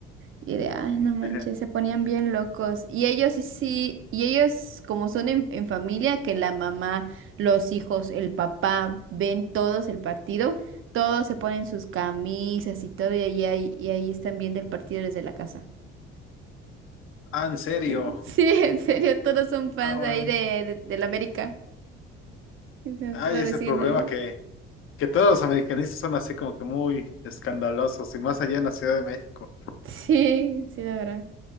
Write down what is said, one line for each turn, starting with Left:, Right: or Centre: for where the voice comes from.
Right: Y de, ah, no manches,
Left: <laughs>
Right: se ponían bien locos. Y ellos sí, sí, y ellos como son en, en familia, que la mamá, los hijos, el papá, ven todos el partido, todos se ponen sus camisas y todo, y ahí, y ahí están viendo el partido desde la casa.
Left: Ah, en serio.
Right: Sí, <laughs> en serio, todos son fans
Left: Ah, bueno.
Right: ahí de, de, del América. Y se-
Left: Hay
Right: Te lo
Left: ese
Right: reciben
Left: problema
Right: ahí.
Left: que. que todos los americanistas son así como que muy escandalosos y más allá en la Ciudad de México.
Right: Sí, sí, la verdad.